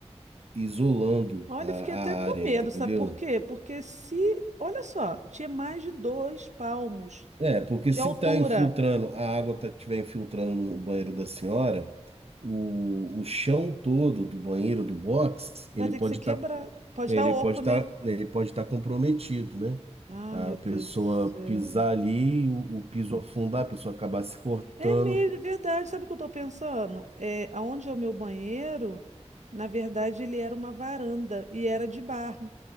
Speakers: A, on the right; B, on the right.
A: isolando
B: Olha,
A: a, a
B: eu fiquei até com
A: área,
B: medo,
A: entendeu?
B: sabe por quê? Porque se. Olha só, tinha mais de dois palmos
A: É, porque
B: de
A: se
B: altura.
A: tá infiltrando, a água tá, tiver infiltrando no banheiro da senhora, o, o chão todo do banheiro do box, ele
B: Vai ter
A: pode
B: que ser quebrado.
A: estar
B: Pode
A: ele
B: estar oco,
A: pode estar
B: né?
A: ele pode estar comprometido, né?
B: Ah,
A: A
B: meu
A: pessoa
B: Deus do céu.
A: pisar ali, o, o piso afundar, a pessoa acabar se cortando.
B: É mesmo, é verdade. Sabe o que eu tô pensando? É, aonde é o meu banheiro, na verdade, ele era uma varanda e era de barro.